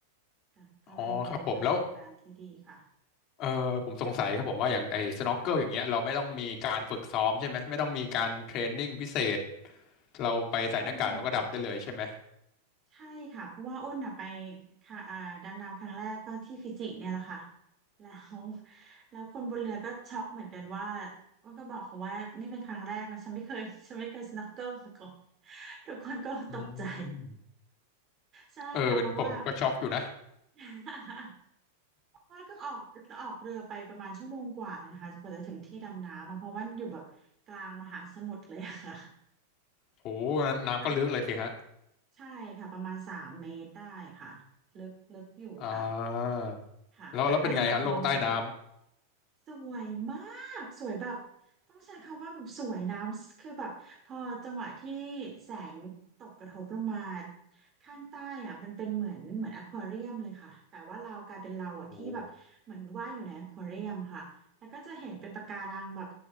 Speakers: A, on the right (about 25°); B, on the left (about 35°).
A: ก็ก็เลยเป็นประสบการณ์ที่ดีค่ะ
B: อ๋อครับผมแล้วเออผมสงสัยครับผมว่าอย่างไอ้สน็อกเกิลอย่างเงี้ยเราไม่ต้องมีการฝึกซ้อมใช่ไหมไม่ต้องมีการเทรนนิ่งพิเศษ
A: ค่ะ
B: เราไปใส่หน้ากากแล้วก็ดำได้เลยใช่ไหม
A: ไม่ต้องเลยค่ะ ใช่ค่ะเพราะว่าอ้นอ่ะไปค่ะอ่าดำน้ำครั้งแรกก็ที่ฟิจิเนี่ยแหละค่ะแล้วแล้วคนบนเรือก็ช็อกเหมือนกันว่าอ้นก็บอกเขาว่านี่เป็นครั้งแรกนะฉันไม่เคยฉันไม่เคยสโนว์เกิลมาก่อนทุกคนก็ตกใจ
B: อืม
A: ใช่ค่ะเพราะว่า
B: เออเป็นผมผมก็ช็อกอยู่นะ
A: <laughs> เพราะว่าก็ออกออกเรือไปประมาณชั่วโมงกว่านะคะกว่าจะถึงที่ดำน้ำอะเพราะว่าอยู่แบบกลางมหาสมุทรเลยอะค่ะ
B: โหน้ำก็ลึกเลยสิฮะ
A: มันใช่ค่ะประมาณสามเมตรได้ค่ะลึกลึกอยู่ค่ะ
B: อ่า
A: ค่ะแต่ก็ยังมองเห็น
B: แล้วแล้วเป็นไงฮะโลกใต้น้
A: สวยมากสวยแบบต้องใช้คำว่าแบบสวยน้ำคือแบบพอจังหวะที่แสงตกกระทบลงมาข้างใต้อ่ะมันเป็นเหมือนเหมือนอควาเรียมเลยค่ะแต่ว่าเรากลายเป็นเราอ่ะที่แบบเหมือนว่ายอยู่ในอควาเรียมค่ะแล้วก็จะเห็นเป็นปะการังแบบ
B: ำโอ้